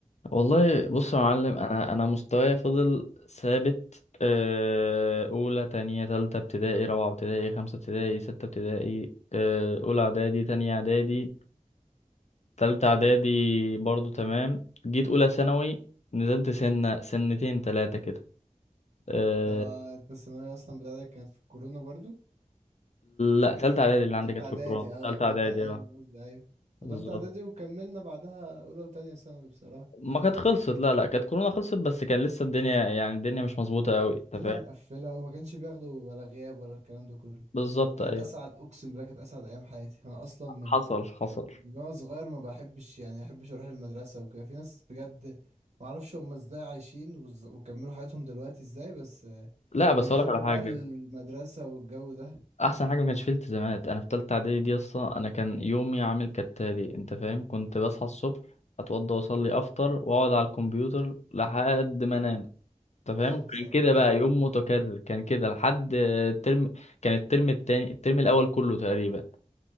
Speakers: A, on the left (about 55°); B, on the right (about 60°).
A: والله بص يا معلم انا انا مستواي فضل ثابت آه، اولى تانية تالتة ابتدائي رابعة ابتدائي خمسة ابتدائي ستة ابتدائي آه، اولى اعدادي تانية اعدادي تالتة إعدادي برضو تمام جيت أولى ثانوي نزلت سنة سنتين تلاتة كده أه
B: تا- انت الثانوية اصلا بتاعتك كانت في الكورونا برضو؟
A: لا تالتة إعدادي اللي عندي
B: تالتة
A: كانت
B: اعدادي
A: في كورونا
B: اه
A: تالتة
B: تالتة
A: إعدادي
B: اعدادي
A: اه
B: من قصدي ايوه وتالتة
A: بالظبط
B: اعدادي وكملنا بعدها اولى وتانية ثانوي بصراحة
A: ما كانت خلصت لا لا كانت كورونا خلصت بس كان لسه الدنيا يعني الدنيا مش مظبوطة أوي أنت
B: الدنيا
A: فاهم
B: مقفلة وما كانش بياخدوا ولا غياب ولا الكلام ده كله
A: بالظبط
B: كانت
A: أيوه
B: اسعد اقسم بالله كانت اسعد ايام حياتي انا اصلا من
A: حصل حصل
B: من وانا صغير ما بحبش يعني ما بحبش اروح المدرسه وكده في ناس بجد ما اعرفش هم ازاي عايشين وز- وكملوا حياتهم دلوقتي ازاي بس آه،
A: لا بس
B: بيحبوا
A: أقولك على حاجة
B: بقى المدرسه والجو ده
A: أحسن حاجة ما كانش فيه التزامات أنا في تالتة إعدادي دي أصلا أنا كان يومي عامل كالتالي أنت فاهم كنت بصحى الصبح أتوضى وأصلي أفطر وأقعد على الكمبيوتر لحد ما أنام انت
B: اه
A: فاهم
B: بصراحه
A: كان كده بقى يوم متكرر كان كده لحد الترم كان الترم التاني الترم الاول كله تقريبا